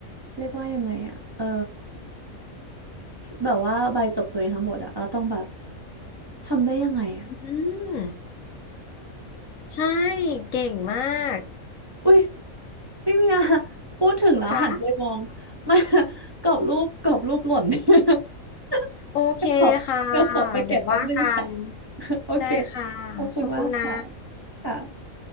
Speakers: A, on the right (about 20°); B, on the left (about 70°).
A: เรียกว่ายังไงอะเออแบบว่าใบจบตัวเองทั้งหมดอะแล้วตองแบบทำได้ยังไงอะ
B: อืมใช่เก่งมาก
A: อุ้ย พี่เมีย <laughs> พูดถึงแล้วหันไปมอง
B: ค่ะ
A: <laughs> มากรอบรูปกรอบรูปหล่น <laughs>
B: โอเคค่ะ
A: เดี๋ยวขอเดี๋ยวขอไปเก็บแป๊บนึงค่ะ
B: เดี๋ยวว่ากัน
A: <laughs> โอเค
B: ได้ค่ะ
A: ขอบคุณมากค่ะ
B: ขอบคุณนะ
A: ค่ะ